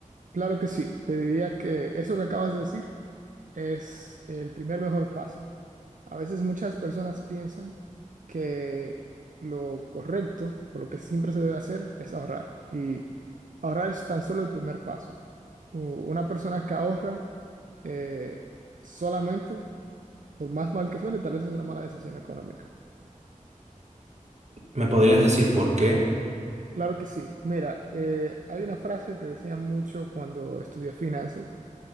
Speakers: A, on the right; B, on the right.
A: Claro que sí. Te diría que eso que acabas de decir es el primer mejor paso. A veces muchas personas piensan que lo correcto o lo que siempre se debe hacer es ahorrar. Y ahorrar es tan solo el primer paso. U- Una persona que ahorra eh, solamente, por más mal que suene, tal vez es una mala decisión económica.
B: ¿Me podrías decir por qué?
A: Claro que sí. Mira, eh, hay una frase que decía mucho cuando estudié finanzas,